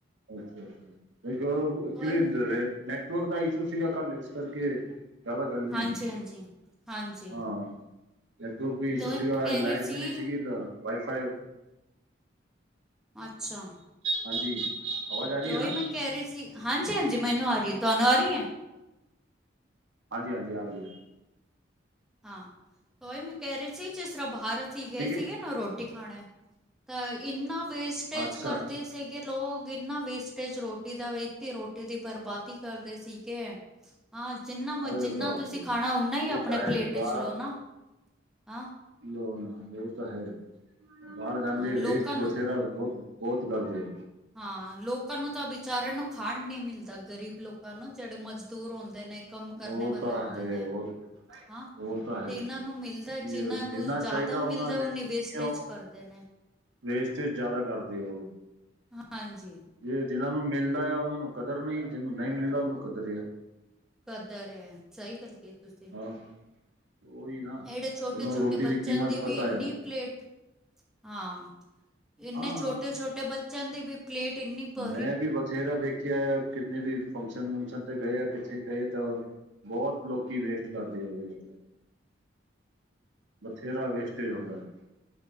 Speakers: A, on the right; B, in the centre.
A: ਅੱਛਾ-ਅੱਛਾ ਨਈ
B: ਕੋਈ
A: ਕਿਵੇਂ ਅੰਦਰੇ ਨੈਟਵਰਕ ਦਾ ਇਸ਼ੂ ਸੀਗਾ ਕੱਲ ਇਸ ਕਰਕੇ ਜਾਦਾ ਗੱਲ ਨੀ
B: ਹਾਂਜੀ
A: ਹੁੰਦੀ
B: ਹਾਂਜੀ ਹਾਂਜੀ
A: ਹਾਂ। ਨੈਟਵਰਕ ਵੀ ਇਸ਼ੂ
B: ਤੇ ਉਹੀ
A: ਸੀਗਾ
B: ਮੈਂ ਕਹਿ ਰਹੀ
A: ਲਾਈਟ
B: ਸੀ
A: ਵੀ ਨਈ ਸੀਗੀ ਦਾ ਵਾਈਫਾਈ
B: ਅੱਛਾ
A: ਹਾਂਜੀ ਆਵਾਜ਼ ਆ ਰਹੀ
B: ਤੇ ਓਹੀ
A: ਹੈ ਨਾ
B: ਮੈਂ ਕਹਿ ਰਈ ਸੀ ਹਾਂਜੀ-ਹਾਂਜੀ ਮੈਨੂੰ ਆ ਰਈ ਏ ਤੁਹਾਨੂੰ ਆ ਰਈ ਏ।
A: ਹਾਂਜੀ-ਹਾਂਜੀ ਆ ਰਈ ਏ।
B: ਹਾਂ ਤੋ ਓਹੀ ਮੈਂ ਕਹਿ ਰਈ ਸੀ ਜਿਸ ਤਰ੍ਹਾਂ ਬਾਰ ਅਸੀਂ ਗਏ
A: ਠੀਕ
B: ਸੀਗੇ
A: ਹੈ
B: ਨਾ ਰੋ ਟੀ ਖਾਣੇ ਤਾਂ ਇੰਨਾ ਵੇਸਟੇਜ
A: ਅੱਛਾ
B: ਕਰਦੇ
A: ਅੱਛਾ
B: ਸੀ। ਕਿ ਲੋਗ ਇੰਨਾ ਵੇਸਟੇਜ ਰੋਟੀ ਦਾ ਵੀ ਇੱਤੀ ਰੋਟੀ ਦੀ ਬਰਬਾਦੀ ਕਰਦੇ ਸੀਗੇ। ਹਾਂ ਜਿੰਨਾ ਮ
A: ਅਰੇ
B: ਜਿੰਨਾ
A: ਬਾਪ
B: ਤੁਸੀਂ
A: ਰੇ
B: ਖਾਣਾ ਉਨਾ ਈ
A: ਇਹ
B: ਆਪਣੇ
A: ਤਾਂ ਹੈ
B: ਪਲੇਟ
A: ਬਾਹਰ
B: 'ਚ ਲਓ ਨਾ ਹਾਂ।
A: ਲੋ ਨਾ ਓ ਤਾ ਹੈ ਬਾਰ ਜਾਂਦੇ
B: ਹਾਂ ਲੋਕਾਂ
A: ਵੇਸਟ
B: ਨੂੰ
A: ਬਥੇਰਾ ਬੋਤ ਬੋਤ ਕਰਦੇ ਆ।
B: ਹਾਂ ਲੋਕਾਂ ਨੂੰ ਤਾਂ ਵਿਚਾਰਿਆਂ ਨੂੰ ਖਾਣ ਨੀ ਮਿਲਦਾ ਗਰੀਬ ਲੋਕਾਂ ਨੂੰ ਜੇੜੇ ਮਜ ਦੂਰ ਹੁੰਦੇ ਨੇ ਕੰਮ ਕਰਨੇ
A: ਉਹ
B: ਵਾਲੇ
A: ਤਾਂ
B: ਹੁੰਦੇ
A: ਹੈ
B: ਨੇ।
A: ਉਹ
B: ਹਾਂ
A: ਉਹ ਤਾਂ ਹੈ
B: ਤੇ ਇਹਨਾਂ ਨੂੰ ਮਿਲਦਾ ਜਿਹਨਾਂ
A: ਇਹ
B: ਨੂੰ
A: ਜਿੰਨਾ
B: ਜਾਦਾ
A: ਚਾਹੀਦਾ ਉਹਨਾਂ
B: ਮਿਲਦਾ
A: ਲੈ
B: ਉਹਨੀ ਵੇਸਟੇਜ
A: ਉਹ
B: ਕਰਦੇ ਨੇ।
A: ਵੇਸਟੇਜ ਜਾਦਾ ਕਰਦੇ ਓ
B: ਹਾਂਜੀ
A: ਜੇ ਜਿਹਨਾਂ ਨੂੰ ਮਿਲਦਾ ਆ ਉਹਨਾਂ ਨੂੰ ਕਦਰ ਨਈ ਜਿਨੂੰ ਨਈ ਮਿਲਦਾ ਉਨੂੰ ਕਦਰ ਆ।
B: ਕਦਰ ਐ ਸਈ ਗੱਲ ਕਈ ਤੁਸੀਂ
A: ਹਾਂ ਉਹੀ ਨਾ
B: ਏੜੇ ਛੋਟੇ-ਛੋਟੇ
A: ਉਹਨੂੰ ਰੋਟੀ
B: ਬੱਚਿਆਂ
A: ਕੀਮਤ
B: ਦੀ
A: ਪਤਾ
B: ਵੀ ਇੰਨੀ
A: ਆ
B: ਪਲੇਟ ਹਾਂ ਇੰਨੇ
A: ਹਾਂ
B: ਛੋਟੇ-ਛੋਟੇ ਬੱਚਿਆਂ ਦੀ ਵੀ ਪਲੇਟ ਇੰਨੀ ਭਰੀ
A: ਮੈਂ ਵੀ ਬਥੇਰਾ ਦੇਖਿਆ ਕਿੰਨੇ ਵੀ ਫੰਕਸ਼ਨ ਵੰਕਸ਼ਨ ਤੇ ਗਏ ਕਿਥੇ ਗਏ ਤਾਂ ਬਹੁਤ ਲੋਕੀ ਵੇਸਟ ਕਰਦੇ ਆ ਵੇਸਟ ਬਥੇਰਾ ਵੇਸਟੇਜ ਹੁੰਦਾ ਹੈ